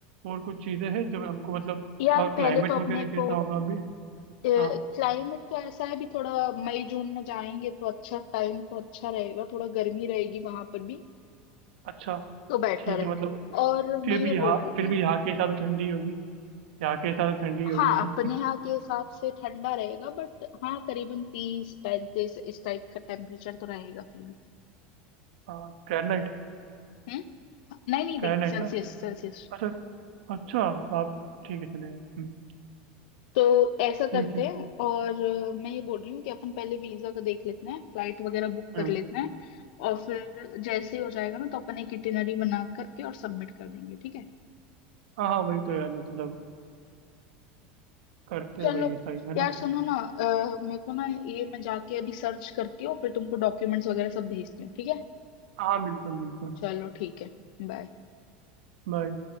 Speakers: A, on the right; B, on the left.
A: और कुछ चीज़ें हैं जो हमको मतलब
B: यार
A: वहाँ क्लाइमेट
B: पहले तो
A: वगैरह
B: अपने
A: कैसा
B: को
A: होगा अभी
B: क्लाइमेट
A: हाँ
B: तो ऐसा है भी थोड़ा मई जून में जाएंगे तो अच्छा टाइम तो अच्छा रहेगा थोड़ा गर्मी रहेगी वहां पर भी
A: अच्छा
B: तो बेटर
A: ठीक
B: है
A: है मतलब
B: और
A: फिर
B: मैं ये
A: भी यहाँ
B: बोल रही थी
A: फिर भी यहाँ के हिसाब से ठंडी होगी यहाँ के हिसाब से ठंडी होगी
B: हाँ
A: उधर
B: अपने यहाँ के हिसाब से ठंडा रहेगा बट हाँ करीबन तीस पैंतीस इस टाइप का टेम्परेचर तो रहेगा फिर भी
A: हाँ, फ़ारेनहाइट
B: हम्म नहीं नहीं
A: फ़ारेनहाइट
B: डिग्री सेल्सियस
A: ना
B: सेल्सियस
A: अच्छा अच्छा आप ठीक है चलेगा हम्म
B: तो ऐसा
A: ठीक
B: करते
A: है
B: हैं और अ, मैं ये बोल रही हूँ कि अपन पहले वीजा का देख लेते हैं फ्लाइट वगैरह बुक कर
A: हम्म
B: लेते हैं और फिर जैसे ही हो जाएगा ना तो अपन एक इटिनरी बना करके और सबमिट कर देंगे ठीक है
A: हाँ हाँ वही तो यार मतलब करते
B: चलो
A: हैं वही है सही है
B: यार
A: ना
B: सुनो ना अ, मेरे को ना ये मैं जाके अभी सर्च करती हूँ फिर तुमको डॉक्यूमेंट्स वगैरह सब भेजती हूँ ठीक है
A: हाँ बिल्कुल बिल्कुल
B: चलो ठीक है बाय
A: बाय